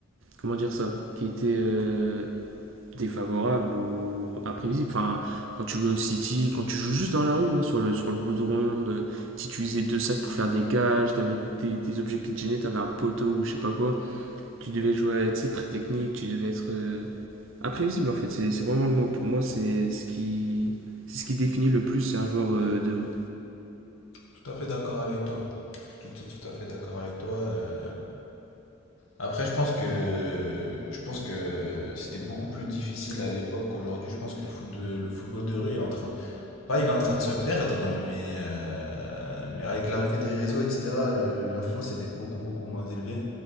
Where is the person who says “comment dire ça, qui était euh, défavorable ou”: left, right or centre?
Right